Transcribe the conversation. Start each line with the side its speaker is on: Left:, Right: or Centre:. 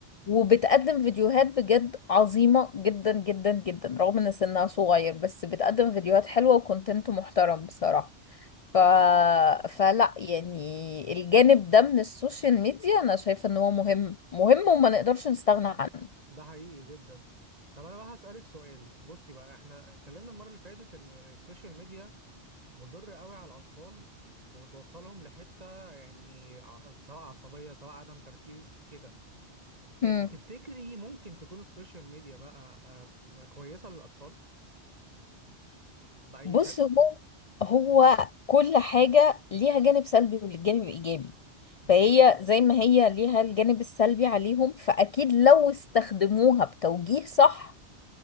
Left: وبتقدم فيديوهات بجد عظيمة جدا جدا جدا رغم ان سنها صغير بس بتقدم فيديوهات حلوة وكونتنت محترم بصراحة ف... فلا يعني الجانب ده من السوشيال ميديا انا شايفة ان هو مهم مهم وما نقدرش نستغنى عنه
Right: ده حقيقي جدا طب انا بقى هسألك سؤال بصي بقى احنا اتكلمنا المرة اللي فاتت ان السوشيال ميديا مضر قوي على الاطفال وبتوصلهم لحتة يعني ع- سواء عصبية سواء عدم تركيز كده إيه
Left: مم.
Right: تفتكري ممكن تكون السوشيال ميديا بقى آه، م- كويسة للأطفال بأي
Left: بص
Right: شكل؟
Left: هو هو كل حاجة ليها جانب سلبي والجانب ايجابي
Right: مم.
Left: فهي زي ما هي ليها الجانب السلبي عليهم فأكيد لو استخدموها بتوجيه صح